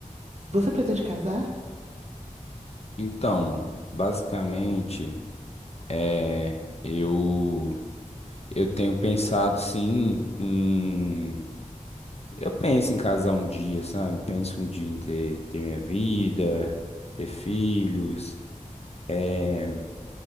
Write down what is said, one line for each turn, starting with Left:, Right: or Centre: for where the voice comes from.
Right: Você pretende casar?
Left: Então, basicamente, é, eu eu tenho pensado sim em eu penso em casar um dia, sabe? Penso um dia em ter, ter minha vida, ter filhos, é,